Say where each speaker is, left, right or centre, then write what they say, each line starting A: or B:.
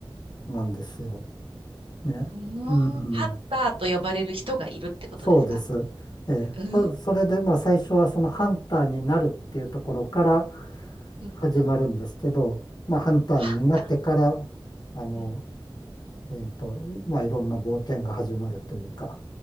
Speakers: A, on the left; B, on the right.
A: なんですよ。ね。
B: うーん、
A: う
B: ハンターと呼ばれる人がいるってことですか
A: ん。そうです。ええ、
B: うん、
A: そそれで、まあ、最初はそのハンターになるっていうところから
B: うん、
A: 始まるんですけど、
B: うん
A: まあ、ハンターになってから、
B: ハンタ
A: あの、
B: ー。
A: えっと、まあ、いろんな冒険が始まるというか、